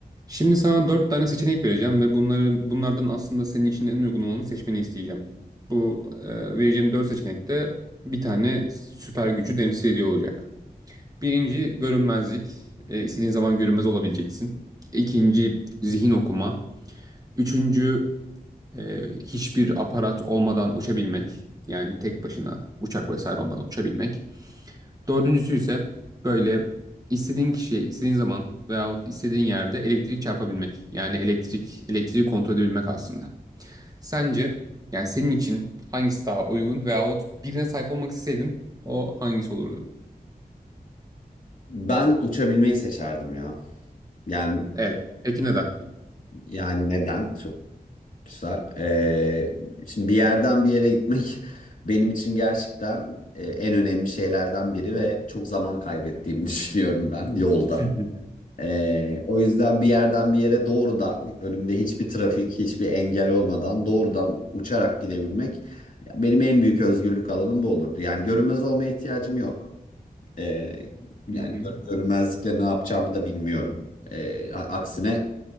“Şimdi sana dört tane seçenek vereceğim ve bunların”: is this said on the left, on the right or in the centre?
Right